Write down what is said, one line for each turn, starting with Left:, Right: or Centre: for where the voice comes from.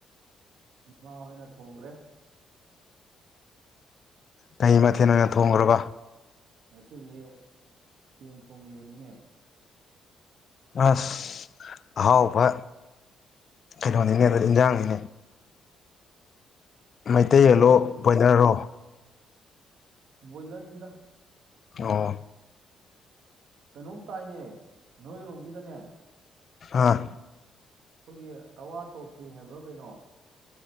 Right: ꯃꯃꯥꯍꯣꯏꯅ ꯊꯣꯡꯒ꯭ꯔꯦ
Left: ꯀꯩ ꯃꯊꯦꯟ ꯑꯣꯏꯅ ꯊꯣꯡꯒ꯭ꯔꯕꯥ
Right: ꯉꯁꯤꯗꯤ ꯌꯦꯟ ꯊꯣꯡꯒꯤꯕꯅꯤꯅꯦ
Left: ꯑꯁ ꯑꯍꯥꯎꯕ ꯀꯩꯅꯣꯅꯤꯅꯦ ꯗꯨꯗꯤ ꯏꯟꯖꯥꯡꯅꯤꯅꯦ ꯃꯩꯇꯩ ꯌꯦꯂꯣ
Right: ꯅꯣꯏ ꯈꯨꯟ
Left: ꯕꫭꯏꯂꯔ ꯔꯣ
Right: ꯑꯁ ꯕꫭꯏꯂꯔꯅꯤꯗ
Left: ꯑꯣ
Right: ꯀꯩꯅꯣꯝ ꯇꯥꯏꯅꯦ ꯅꯣꯏꯔꯣꯝꯒꯤꯗꯅꯦ
Left: ꯍꯥꯥ
Right: ꯑꯈꯣꯏꯒꯤ ꯀꯛꯋꯥ ꯇꯣꯐ꯭ꯔꯤ ꯍꯥꯏꯕ꯭ꯔꯥ ꯀꯩꯅꯣ